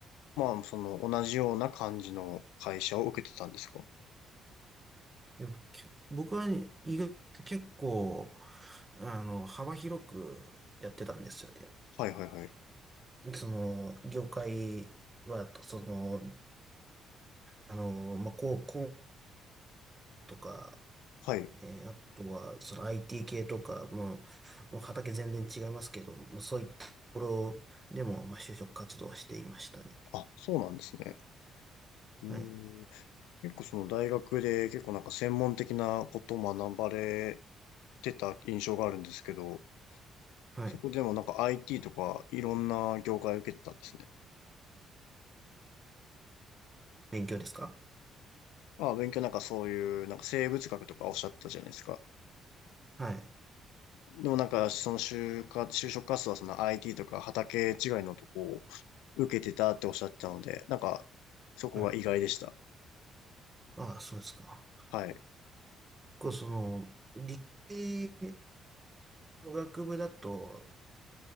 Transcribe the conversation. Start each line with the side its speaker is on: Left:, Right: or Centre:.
Left: まあ、その、同じような感じの会社を受けてたんですか
Right: いやけ僕はね、意外と結構、あの、幅広くやってたんですよね。
Left: はいはいはい。
Right: その、業界は、その、あの、まあ、こう、こうとか、
Left: はい。
Right: えーあとは、その IT 系とか、もう、もう畑全然違いますけど、もうそういったところでも、まあ、就職活動はしていましたね。
Left: あ、そうなんですね。うー
Right: はい。
Left: ん。結構その大学で結構なんか専門的なことを学ばれてた印象があるんですけど、
Right: はい。
Left: そこでもなんか IT とかいろんな業界を受けてたんですね。
Right: 勉強ですか
Left: あ、勉強なんかそういう、なんか生物学とかおっしゃったじゃないですか。
Right: はい。
Left: でもなんか、その就活、就職活動はその IT とか畑違いのとこを受けてたっておっしゃってたので、なんか、そこが意外でした。
Right: はい。ああ、そうですか。
Left: はい。
Right: 僕、その、理系の学部だと、